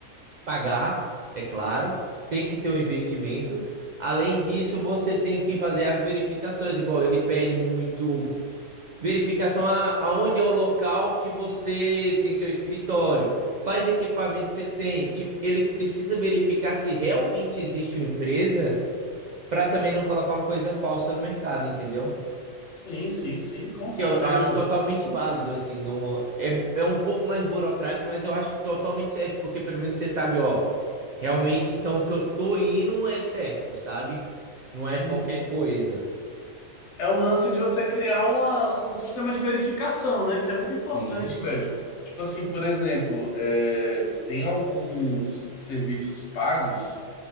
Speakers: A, on the right (about 75°); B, on the left (about 65°).
A: pagar, é claro, tem que ter um investimento. Além disso, você tem que fazer as verificações, igual ele pede muito verificação a, aonde é o local que você tem seu escritório, quais equipamentos você tem. Tipo, ele precisa verificar se realmente existe uma empresa para também não colocar uma coisa falsa no mercado, entendeu?
B: Sim, sim, sim, com certeza.
A: Que eu, acho totalmente válido, assim, no é, é um pouco mais burocrático, mas eu acho totalmente certo, porque pelo menos você sabe, ó, realmente então o que eu tô indo é certo, sabe? Não
B: Sim.
A: é qualquer coisa.
B: É um lance de você criar uma- um sistema de verificação, né? Isso é muito
A: Sim,
B: importante, velho. Tipo assim, por exemplo, é, tem alguns serviços pagos.